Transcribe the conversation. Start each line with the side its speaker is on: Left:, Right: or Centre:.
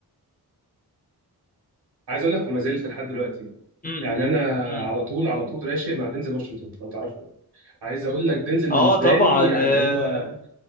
Right: عايز اقول لك وما زلت لحد دلوقتي
Left: م- م-
Right: يعني انا
Left: م-
Right: على
Left: م.
Right: طول على طول راشق مع دينزل واشنطن لو تعرفه عايز اقول لك دينزل
Left: اه
Right: بالنسبه
Left: طبعا
Right: لي يعني
Left: آه،
Right: هو